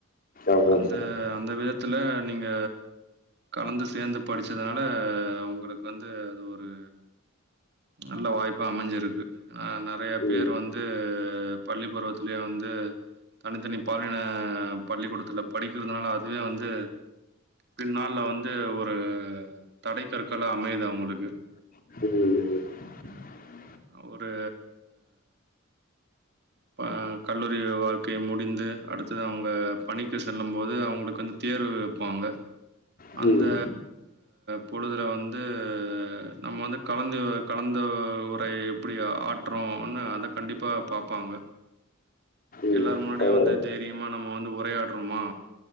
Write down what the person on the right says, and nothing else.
அந்த
அந்த விதத்துல நீங்க கலந்து சேந்து படிச்சதுனால உங்களுக்கு வந்து அது ஒரு நல்ல வாய்ப்பா அமைஞ்சுருக்கு ஆ நல் பேர்
வந்து பள்ளி பருவத்துலயே வந்து தனித்தனி பாலின பள்ளிக்கூடத்துல படிக்கிறதுனால அதுவே வந்து பின் நாள்ல வந்து ஒரு தடை கற்களா அமையுது அவுங்களுக்கு
ஒரு அ கல்லூரி வாழ்க்கையை முடிந்து அடுத்தது அவுங்க பணிக்கு செல்லும் போது அவுங்களுக்கு வந்து தேர்வு வப்பாங்க
அந்த பொழுதுல வந்து நம்ம வந்து கலந்த கலந்த உரை எப்டி ஆற்றுறோனு அத கண்டிப்பா பாப்பாங்க
எல்லார் முன்னாடியு
வந்து தைரியமா நம்ம வந்து உரையாடுறோம்மா